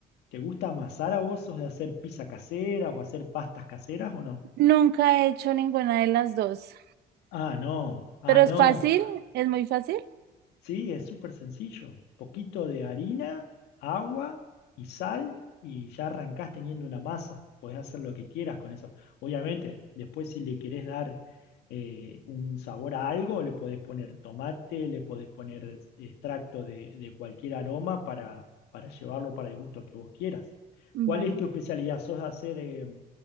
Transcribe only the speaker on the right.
Nunca he hecho ninguna de las dos,
pero es
fácil, es muy fácil.
Va.